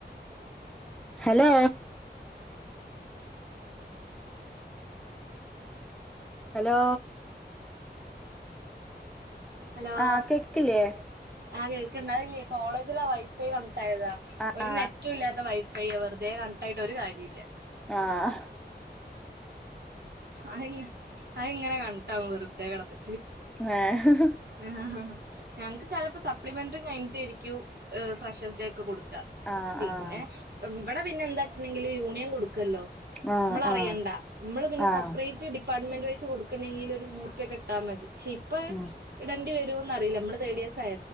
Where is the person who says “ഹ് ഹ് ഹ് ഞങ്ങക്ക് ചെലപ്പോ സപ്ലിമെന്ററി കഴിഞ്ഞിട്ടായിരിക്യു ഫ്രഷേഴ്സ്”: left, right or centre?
Right